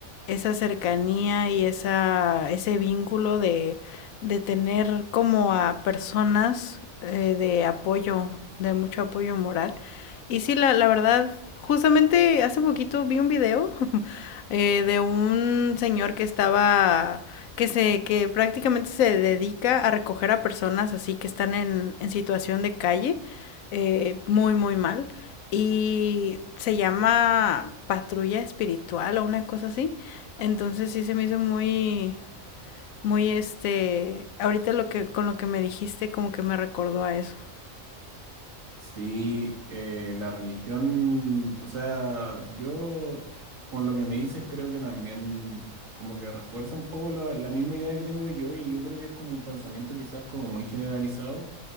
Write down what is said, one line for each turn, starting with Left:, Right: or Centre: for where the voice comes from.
Left: esa cercanía y esa, ese vínculo de, de tener como a personas eh, de apoyo, de mucho apoyo moral y sí, la, la verdad, justamente hace poquito vi un video <laughs> eh, de un señor que estaba, que se, que prácticamente se dedica a recoger a personas así que están en, en situación de calle, eh, muy, muy mal. Y se llama patrulla espiritual o una cosa así. Entonces sí se me hizo muy, muy este, ahorita lo que, con lo que me dijiste, como que me recordó a eso.
Right: Sí, eh, la religión, o sea, yo con lo que me dices creo que también como que refuerza un poco la, la misma idea que tengo yo y yo creo que es como un pensamiento quizás como muy generalizado